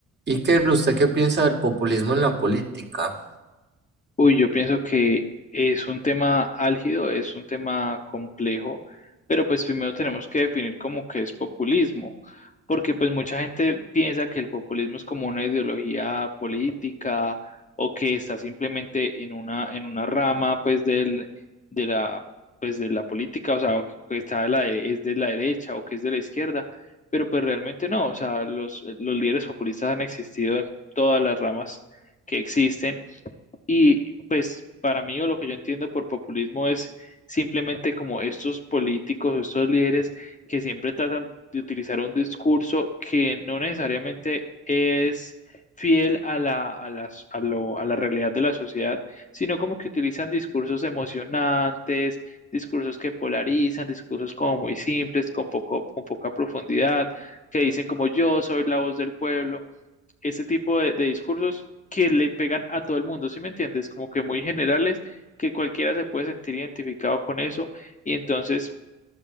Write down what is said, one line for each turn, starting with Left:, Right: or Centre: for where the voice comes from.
Right: Iker, ¿usted qué piensa del populismo en la política?
Left: Uy, yo pienso que es un tema álgido, es un tema complejo, pero pues primero tenemos que definir como que es populismo, porque pues mucha gente piensa que el populismo es como una ideología política o que está simplemente en una, en una rama pues del, de la, pues de la política, o sea, o que está de la, dere- es de la derecha o que es de la izquierda, pero pues realmente no, o sea, los, los líderes populistas han existido en todas las ramas que existen y pues para mí o lo que yo entiendo por populismo es simplemente como estos políticos, estos líderes que siempre tratan de utilizar un discurso que no necesariamente es fiel a la, a las- a lo- a la realidad de la sociedad, sino como que utilizan discursos emocionantes, discursos que polarizan, discursos como muy simples, con poco, con poca profundidad, que dicen como yo soy la voz del pueblo ese tipo de, de discursos que le pegan a todo el mundo, ¿sí me entiendes? Como que muy generales, que cualquiera se puede sentir identificado con eso y entonces